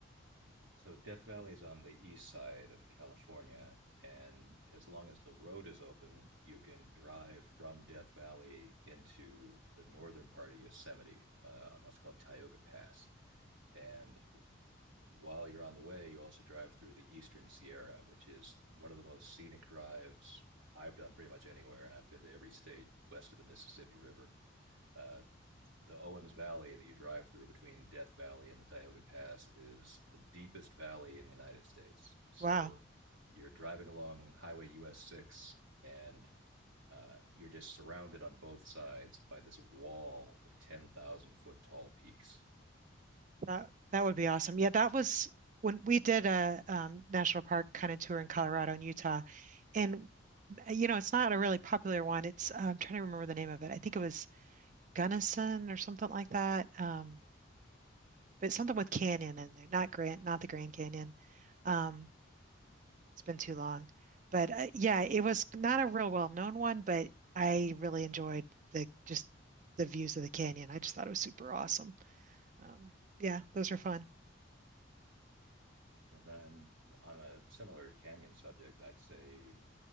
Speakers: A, on the right; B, on the right.
A: so Death Valley is on the east side of California, and as long as the road is open, you can drive from Death Valley into the northern part of Yosemite uh, on what's called Tioga Pass. And while you're on the way, you also drive through the Eastern Sierra, which is one of the most scenic drives I've done pretty much anywhere, and I've been to every state west of the Mississippi River. Uh, the Owens Valley that you drive through between Death Valley and the Tioga Pass is the deepest valley in the United States. So
B: Wow,
A: you're driving along Highway US 6 and uh, you're just surrounded on both sides by this wall of 10,000 foot tall peaks.
B: that that would be awesome. Yeah, that was when we did a um, national park kind of tour in Colorado and Utah, and uh, you know it's not a really popular one. It's uh, I'm trying to remember the name of it. I think it was Gunnison or something like that. Um, but something with canyon in there, not Grand, not the Grand Canyon. Um, It's been too long. But uh, yeah, it was not a real well-known one, but I really enjoyed the just the views of the canyon. I just thought it was super awesome. Um, yeah, those are fun.
A: And then on a similar canyon subject, I'd say,